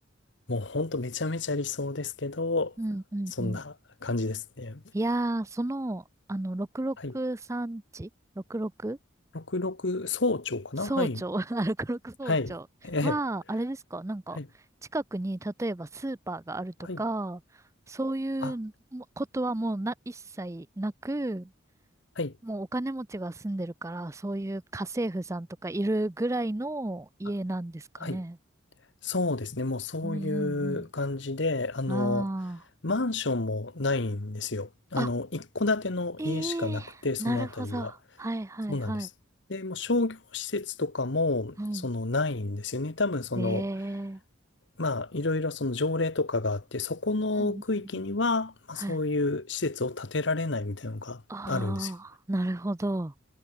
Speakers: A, on the left (about 65°); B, on the right (about 15°).
A: もうほんとめちゃめちゃ理想ですけど、
B: うん、うん。
A: そんな感じですね。
B: うんいやー、その、あの、663地
A: はい。
B: ?66?
A: 66早朝かなはい。
B: 総長 <laughs> あ、6総長は、
A: はい。ええ。
B: あれですかなんか、
A: はい。
B: 近くに、例えばスーパーがあるとか、
A: はい。
B: そういうもことはもうな、
A: あ、
B: 一切なく、
A: はい。
B: もうお金持ちが住んでるから、そういう家政婦さんとかいるぐらいの家なんですかね。
A: あ、はい。そうですね。もうそういう感じで、
B: うんうん
A: あの、
B: うん。あ
A: マンションもないんですよ。あの、
B: あ。
A: 一戸建ての家しかなくて、
B: ええなるほど。
A: そのあたりは。
B: はいはいはい。
A: そうなんです。で、もう商業施設とかも、
B: うん。
A: その、ないんですよね。多分、その、
B: ええ
A: まあ、いろいろその条例とかがあって、そこの区域には、
B: うんうんうん。
A: まあ、
B: はい。
A: そういう施設を建てられないみたいなのがあるんですよ。
B: ああ、なるほど。